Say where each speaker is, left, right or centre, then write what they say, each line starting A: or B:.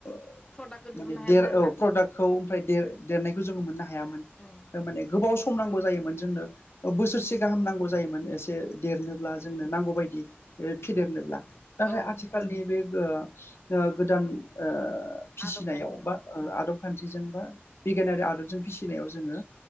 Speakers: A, on the left (about 75°); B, on the left (about 20°).
A: माने
B: प्रडाक्टखौ दिहुननो हायामोन
A: देर
B: आरोना
A: औ प्रडाक्टखौ ओमफ्राय देर-देरनायखौ जोङो मोननो हायामोन।
B: उम
A: माने गोबाव सम नांगौ जायोमोन जोंनो ओ बोसोरसे गाहाम नांगौ जायोमोन एसे देरनोब्ला जोंनो नांगौ बायदि ओ फेदेरनोब्ला नाथाय
B: औ
A: आथिखालनि बे गो ओ गोदान ओ फिसिनायाव
B: आदब खान्थिजों
A: बा ओ आदब खान्थिजों बा बिगियानारि आदबजों फिसि फिसिनायाव जोङो